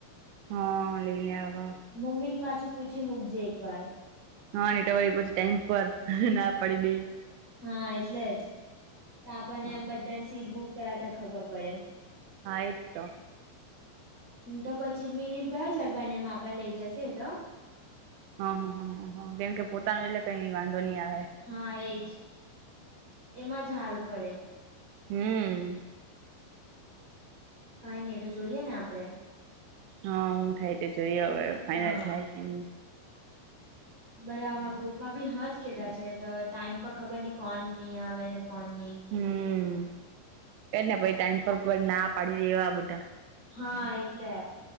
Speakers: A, on the right; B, on the right.
A: હા લઈ લ્યાવા
B: મમ્મી ને પાછું પૂછી મુકજે એક વાર
A: હા ની ટળ પછી ટાઈમ પર ના પડી દઈ
B: હા એટલે જ તો આપણને
A: હા
B: એમ બધાને સીટ બુક કરાવતા ખબર પડે
A: આ એકટો
B: તો પછી મિરભાઈ જરબાનીિયા માં પણ લઇ જશે તો
A: હા હ હ હ હા કેમકે પોતાનું એટલે કઈ વાંધો નહી આવે
B: હા એજ એમાં જ સારું પડે
A: હમ
B: કઈ નઈ એ તો જોઈએ ને આપડે
A: હા હું થાય તે જોઈ હવે ફાાઈનલ
B: હા
A: જાય કેમ
B: બરા આમા ગ્રુપમાં બી હાજ કેટલા છે હવે ટાઈમ પર ખબર નઈ કોણ ની આવે ને કોણ નની
A: હમ એને પ ટાઈમ પર ના પાડી દેવા બધા
B: હા એટલે